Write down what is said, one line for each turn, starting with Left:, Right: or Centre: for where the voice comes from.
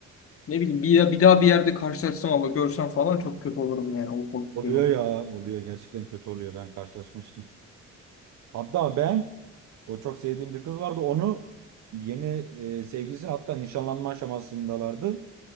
Left: Ne bileyim bir, bir daha bir yerde karşılaşsam ama görsem falan çok kötü olurum yani. O korkutuyor
Right: Oluyor
Left: beni.
Right: ya oluyor gerçekten kötü oluyor ben karşılaşmıştım. Hatta ben o çok sevdiğim bir kız vardı onu yeni e, sevgilisi hatta nişanlanma aşamasındalardı.